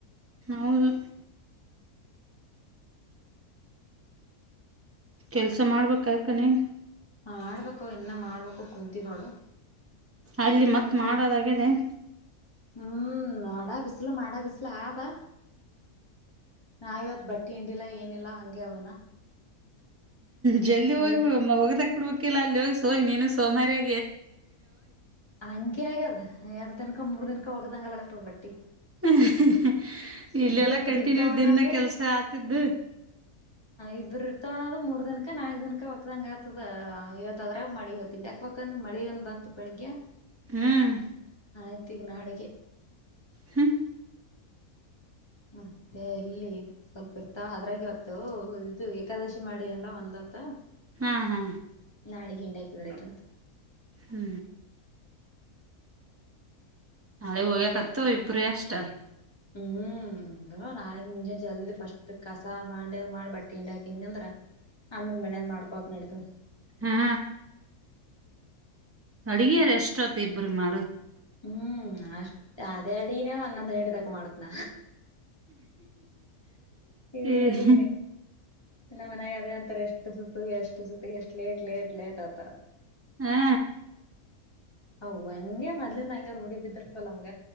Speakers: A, on the right; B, on the left.
A: ಹೌದು ಕೆಲಸ ಮಾಡ್ಬೇಕ್ <unintelligible>
B: ಮಾಡ್ಬೇಕು ಇನ್ನ ಮಾಡ್ಬೇಕು ಕುಂತಿನೋಡು.
A: ಅಲ್ಲಿ
B: ಇಗ
A: ಮತ್
B: ಒನ್ಚುರ್
A: ಮಾಡೋದಾಗ್ಯದೇನ್
B: <inaudible> ಹ್ಮ್ ಮಾಡಾ ಬಿಸ್ಲು ಮಾಡಾ ಬಿಸ್ಲು ಆದಾ. ನಾವ ಇವತ್ ಬಟ್ಟಿ ಹಿಂಡಿಲ್ಲಾ ಏನಿಲ್ಲಾ ಹಂಗೆ ಅವನ.
A: ಜಲ್ದಿ
B: ಮಳಿ
A: ಹೋಗುದಾಕ್ಬೇಕು ಬಿಡ್ಬೇಕ ಇಲ ಅಲ್ಲಿ ಹೋಗಿ ಹೋಗಿ ನೀನು ಸೋಮಾರಿ.
B: ಹಂಗೆ ಆಗ್ಯದ ಎರಡು ತಿನಕ ಮೂರ್ ದನ್ಕ ಹೋಗ್ದಂಗ ಆಗಲತ್ತಾದ ಬಟ್ಟಿ.
A: <unintelligible> ಇಲ್ಲೆಲ್ಲ
B: ಇದೇ ಇಬ್ರು
A: ಕಂಟಿನ್ಯೂ
B: ಇರ್ತಾವನದು
A: ದಿನ ಕೆಲ್ಸ ಆಗ್ತಿದ್ದು
B: ಇಬರು ಇರ್ತವನೋದು ಮೂರ್ ದಿನಕೆ ನಾಕ್ ದಿನಕ್ ಒಕ್ದಂಗ ಆಗ್ತದ ಇವತ್ದ್ರಾಗ ಮಳ ಇವ ತಿಂಡಾಕ್. ಪಕಂದ್ ಮಳಿ ಒಂದ ಬಂತು ಬೆಳಿಗ್ಗೆ.
A: ಹ್ಮ್
B: ಆಯ್ತಿಗೆ ನಾಳಿಗೆ.
A: ಹ್ಮ
B: ಮತ್ತೆ ಎಲ್ಲಿ ಸ್ವಲ್ಪ ಇರ್ತ ಅದ್ರಾಗವತ್ತು ಇದು ಏಕಾದಶಿ ಮಾಡಿ ಎಲ್ಲ ಒಂದತ್ತು
A: ಹಾ ಹಾ
B: ನಾಳೆ ಎಂಡ ಹಾಕಿದ್ರಯ್ತಂತ
A: ಹ್ಮಞ ನಾಳೆ ಹೋಗ್ಯಾಕತ್ತ ಇಬ್ಬರು ಅಷ್ಟ
B: ಹ್ಮ್ ಇ ನಾಳೆ ಮುಂಜಾನ ಜಲ್ದಿ ಫಸ್ಟ್ ಕಸ ಬಾಂಡೆ ಮಾಡಿ ಬಟ್ಟೆ ಹಂಡಿ ಹಾಕನ್ ಅಂದ್ರ ಆಮೇಲೆ ಮನೇದ ಮಾಡ್ಕೋಕ್ ನಡೀತು
A: ಹಾ ಅಡುಗೆ ಎಷ್ಟ ಆತ ಇಬ್ಬರು ಮಾಡ
B: ಹ್ಮ್ ಅಷ್ಟ್ ಅದೇ ಅಡಿನೇ ಹನ್ನೊಂದ ಹಡಿ ತಕ ಮಾಡತ್ನ ಇವ್ರಡಿನ
A: ಹ್ಮ್
B: ನ ಮನಾಗ ಅದೇ ಅತ್ರ ಇಷ್ಟ ಎಷ್ಟ ಸುತ್ತು ಎಷ್ಟು ಸುತ್ತು ಎಷ್ಟಟ್ಲೇ ಇಟ್ಲೆೇ ಎಟ್ಲೇಟತಾರ
A: ಹಾ
B: ಹ ಭಯಂಗ ಮಲ್ಲಿಯ ಹುಡಿ ಬಿದಿರ್ತಲ್ಲ ನಮ್ಗ